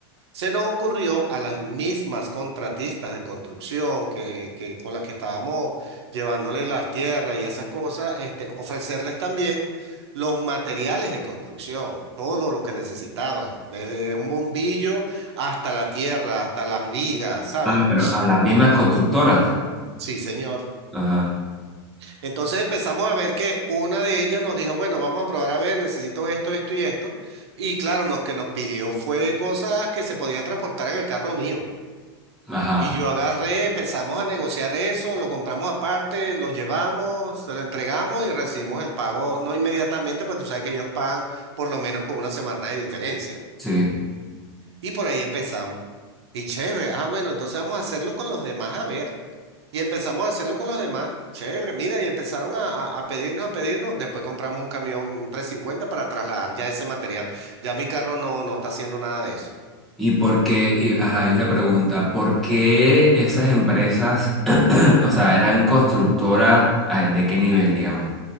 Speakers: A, on the right (about 80°); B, in the centre.
A: Se nos ocurrió a las mismas contratistas de construcción que, que- con las que estábamos llevándole las tierras y esas cosas, este, ofrecerles también los materiales de construcción, todo lo que necesitaban, desde un bombillo hasta la tierra, hasta las vigas, ¿sabes?
B: Ah, pero a las mismas
A: <clears throat>
B: constructoras.
A: Sí, señor.
B: Ajá.
A: Entonces empezamos a ver que una de ellas nos dijo, bueno, vamos a probar a ver, necesito esto, esto y esto. Y claro, lo que nos pidió fue cosas que se podían transportar en el carro mío.
B: Ajá.
A: Y yo agarré, empezamos a negociar eso, lo compramos aparte, lo llevamos, se lo entregamos y recibimos el pago, no inmediatamente, pues tú sabes que ellos pagan por lo menos con una semana de diferencia.
B: Sí.
A: Y por ahí empezamos. Y chévere, ah, bueno, entonces vamos a hacerlo con los demás, a ver. Y empezamos a hacerlo con los demás. Chévere, mira, y empezaron a, a- a pedirnos, a pedirnos. Después compramos un camión, un 350 para trasladar ya ese material. Ya mi carro no, no está haciendo nada de eso.
B: ¿Y por qué? y- ajá, hay una pregunta. ¿Por qué esas empresas, <clears throat> o sea, eran constructoras, ah, de qué nivel, digamos?